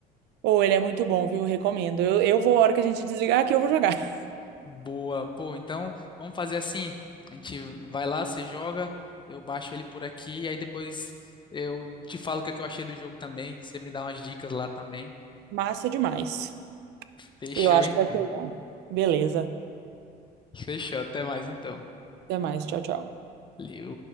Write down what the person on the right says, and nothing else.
Ou ele é muito bom, viu? Recomendo. Eu, eu vou, a hora que a gente desligar aqui, eu vou jogar. <laughs>
Massa demais.
Eu acho
que vai ser bom. Beleza.
Até mais. Tchau, tchau.